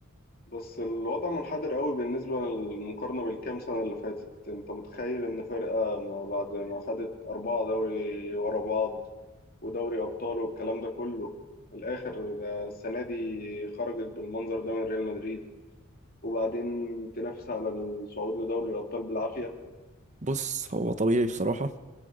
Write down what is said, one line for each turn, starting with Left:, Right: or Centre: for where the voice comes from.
Left: بس الوضع منحدر قوي بالنسبة للمقارنة بالكام سنة اللي فاتت انت متخيل ان فرقة ما بعد ما خدت أربعة دوري ورا بعض ودوري أبطال والكلام ده كله في الآخر آه، السنة دي خرجت بالمنظر ده من ريال مدريد وبعدين تنافس على الصعود لدوري الأبطال بالعافية
Right: بص هو طبيعي بصراحة